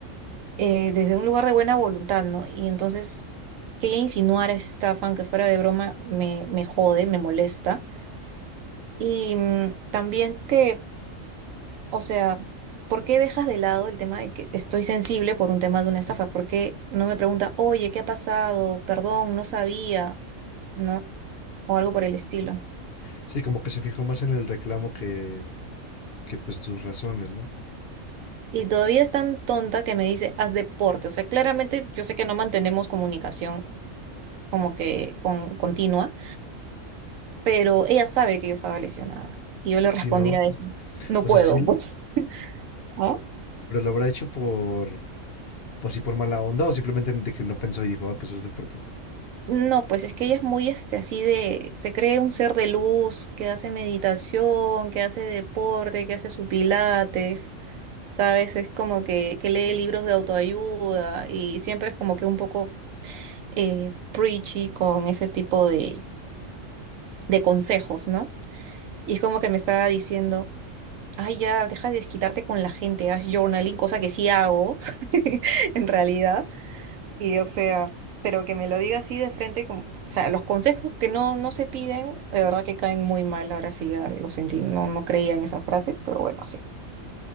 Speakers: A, on the right (about 85°); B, on the left (about 55°).
A: eh, desde un lugar de buena voluntad, ¿no? Y entonces que ella insinuara esta fan que fuera de broma me, me jode, me molesta. Y mm, también que, o sea, ¿por qué dejas de lado el tema de que estoy sensible por un tema de una estafa? ¿Por qué no me pregunta, oye, ¿qué ha pasado? Perdón, no sabía, ¿no? O algo por el estilo.
B: Sí, como que se fijó más en el reclamo que, que pues tus razones, ¿no?
A: Y todavía es tan tonta que me dice, haz deporte. O sea, claramente yo sé que no mantenemos comunicación como que con, continua pero ella sabe que yo estaba lesionada. Y yo le respondía
B: Sí, ¿no?
A: eso, no
B: O
A: puedo,
B: sea, sí,
A: pues. ¿Ah?
B: pero lo habrá hecho por, pues, así por mala onda o simplemente de que no pensó y dijo, ah, pues es deporte.
A: No, pues es que ella es muy este, así de, se cree un ser de luz, que hace meditación, que hace deporte, que hace su pilates, ¿sabes? Es como que, que lee libros de autoayuda y siempre es como que un poco eh, preachy con ese tipo de, de consejos, ¿no? Y es como que me estaba diciendo, ay, ya, deja de desquitarte con la gente, haz journaling, cosa que sí hago, <laughs> en realidad. Y o sea, pero que me lo diga así de frente, como, o sea, los consejos que no, no se piden, de verdad que caen muy mal. Ahora sí, ya lo sentí, no, no creía en esa frase, pero bueno, sí.